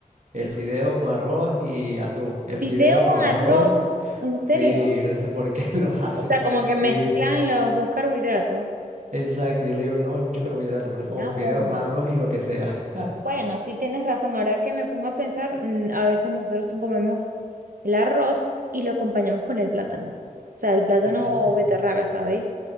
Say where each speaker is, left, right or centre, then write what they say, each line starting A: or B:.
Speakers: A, on the right; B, on the right.
A: el fideo con arroz y atún, el fideo
B: video con
A: con
B: arroz.
A: arroz
B: ¿En serio?
A: Sí, no sé por qué <laughs> los hacen.
B: O sea, como que
A: Y
B: mezclan
A: Yo digo,
B: los dos carbohidratos.
A: exacto, y le digo, no, es mucho carbohidrato, pero es como
B: Una
A: fideo
B: bomba.
A: con arroz y lo que sea. <laughs>
B: Bueno, sí tienes razón. Ahora que me pongo a pensar, mm, a veces nosotros comemos el arroz y lo acompañamos con el plátano. O sea, el plátano
A: Mm,
B: o beterraga, ¿sabéis?